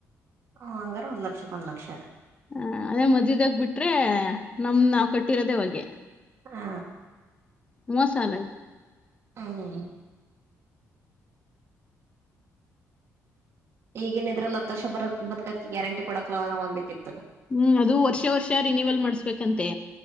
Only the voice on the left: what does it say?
ಆ ಅದೇ ಮದ್ಯದಾಗ್ ಬಿಟ್ರೆ ನಮ್ ನಾವ್ ಕಟ್ಟಿರೋದೆೇ ಹೊಗೆ
ಮೋಸ ಅಲ್ಲ
ಹ್ಮ್ ಅದು ವರ್ಷ ವರ್ಷ ರಿನುವಲ್ ಮಾಡಸ್ಬೇಕಂತೆ